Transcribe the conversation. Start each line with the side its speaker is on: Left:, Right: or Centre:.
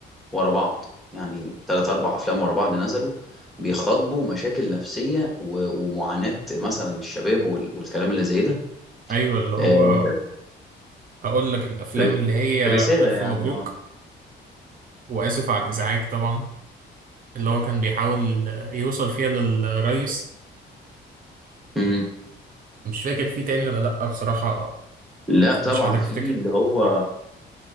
Centre: ورا بعض، يعني 3، 4 أفلام ورا بعض نزلوا بيخاطبوا مشاكل نفسية و ومعاناة مثلًا الشباب وال والكلام اللي زي ده،
Right: أيوة اللي هو
Centre: آآ
Right: هقول لك الأفلام
Centre: ر
Right: اللي هي
Centre: رسالة
Right: ألف
Centre: يعني
Right: مبروك
Centre: آه،
Right: وآسف على الإزعاج طبعا اللي هو كان بيحاول يوصل فيها للرئيس
Centre: إمم،
Right: مش فاكر فيه تاني ولا لأ بصراحة
Centre: لأ طبعًا
Right: مش قادر
Centre: في
Right: أفتكر
Centre: اللي هو